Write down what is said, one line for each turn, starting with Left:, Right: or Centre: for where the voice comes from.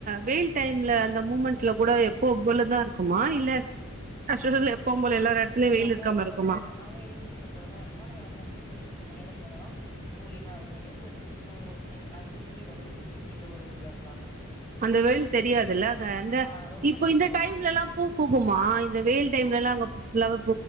Right: வெயில் டைம்ல அந்த மூமெண் ட்ல கூட எப்போலதா இருக்குமா இல்ல <unintelligible> எடத்துலயு
Left: இல்ல
Right: வெயில்
Left: நம்ம
Right: இருக்காம
Left: ஊல
Right: இருக்குமா
Left: போ அவய இருக்க போலதா இருக்கு ஆனா நம்ம நம்ம ஹில் ஸ்டேஷனுக்கு மேல போனோனா கூலிங்கா இருக்கு இவுங்க இருக்குது கோ என் அதுக்கு கீழே ஊட்டிக்கே கீழே ஒரு ஊர்ல இருக்காங்க
Right: அந்த வெயில் தெரியாதுல்ல அங்க இந்த
Left: ஆ ரொம்ப
Right: இப்ப
Left: தெரியாது
Right: இந்த டைம்ல எல்லா பூ பூகுமா இந்த வெயில் டைம்ல எல்லா அங்க ஃபுல்லாவ